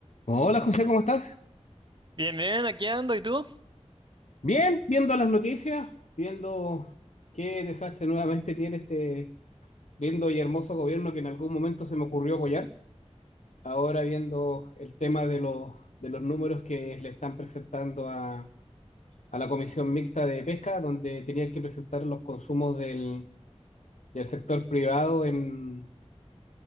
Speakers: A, on the left; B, on the right.
A: Hola José, ¿cómo estás?
B: Bien, bien, aquí ando, ¿y tú?
A: Bien, viendo las noticias, viendo qué desastre nuevamente tiene este lindo y hermoso gobierno que en algún momento se me ocurrió apoyar. Ahora viendo el tema de los, de los números que le están presentando a, a la Comisión Mixta de Pesca, donde tenían que presentar los consumos del, del sector privado en,